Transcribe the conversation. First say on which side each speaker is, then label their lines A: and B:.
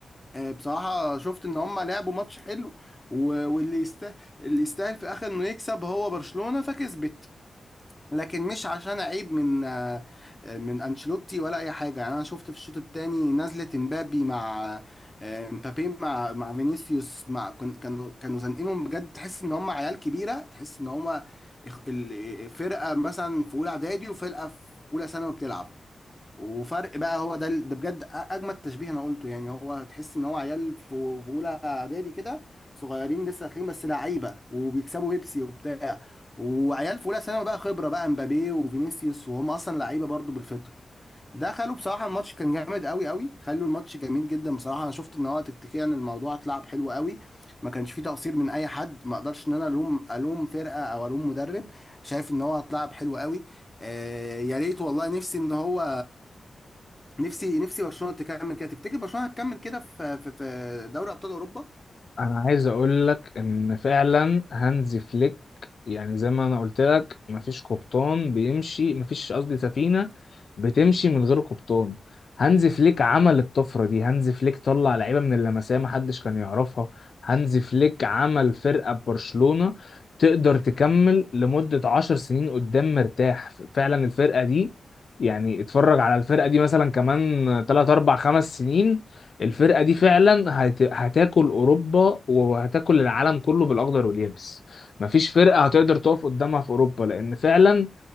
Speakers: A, on the left; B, on the left.
A: آه، بصراحة شفت ان هم لعبوا ماتش حلو و- واللي يستاهل اللي يستاهل في الاخر انه يكسب هو برشلونة فكسبت لكن مش عشان عيب من آه، آه، من انشيلوتي ولا اي حاجة يعني انا شفت في الشوط الثاني نزلة امبابي مع آه، مبابي مع مع فينيسيوس مع كن- كانوا كانوا زنقينهم بجد تحس ان هم عيال كبيرة تحس ان هم إخ- ال- فرقة مثلا في اولى اعدادي وفرقة في اولى ثانوي بتلعب وفرق بقى هو ده ده بجد اجمد تشبيه انا قلته يعني هو هتحس ان هو عيال في في اولى اعدادي كده صغيرين لسه اخرين بس لعيبه وبيكسبوا بيبسي وبتاع وعيال في اولى ثانوي بقى خبره بقى امبابي وفينيسيوس وهم اصلا لعيبه برضو بالفطره دخلوا بصراحه الماتش كان جامد قوي قوي خلوا الماتش جميل جدا بصراحه انا شفت ان هو تكتيكيا الموضوع اتلعب حلو قوي ما كانش فيه تقصير من اي حد ما اقدرش ان انا الوم الوم فرقه او الوم مدرب شايف ان هو اتلعب حلو قوي آه يا ريت والله نفسي ان هو نفسي نفسي برشلونه تكمل كده تفتكر برشلونه هتكمل كده في في في دوري ابطال اوروبا
B: انا عايز اقول لك ان فعلا هانز فليك يعني زي ما انا قلت لك مفيش قبطان بيمشي مفيش قصدي سفينة بتمشي من غير قبطان هانز فليك عمل الطفرة دي هانز فليك طلع لعيبة من اللمسية محدش كان يعرفها هانز فليك عمل فرقة ببرشلونة تقدر تكمل لمدة عشر سنين قدام مرتاح فعلا الفرقة دي يعني اتفرج على الفرقة دي مثلا كمان 3 4 5 سنين الفرقة دي فعلا هت... هتاكل أوروبا وهتاكل العالم كله بالأخضر واليابس مفيش فرقة هتقدر تقف قدامها في أوروبا لأن فعلا